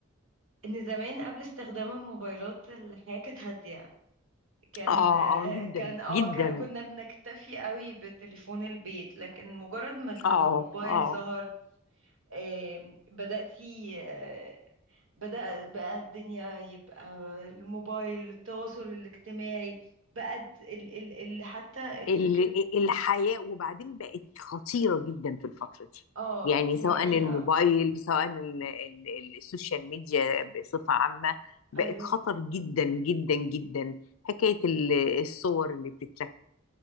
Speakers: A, on the right; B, on the left.
A: ان زمان قبل استخدام الموبايلات الحياة كانت هادية كان
B: اه
A: آه،
B: اه جدا
A: كان اه
B: جدا
A: ك- كنا بنكتفي قوي بتليفون البيت لكن مجرد ما الموبايل
B: اه اه
A: ظهر آم، بدأتي آه، بدأ بقى الدنيا يبقى الموبايل التواصل الاجتماعي بقى ال ال ال حتى
B: ال-
A: فكرة
B: الحياة وبعدين بقت خطيرة جدا في الفترة دي
A: اه
B: يعني
A: دي
B: سواء
A: حقيقة
B: الموبايل سواء ال- ال- السوشيال ميديا بصفة عامة بقت
A: ايوه
B: خطر جدا جدا جدا حكاية ال- الصور اللي بتتركب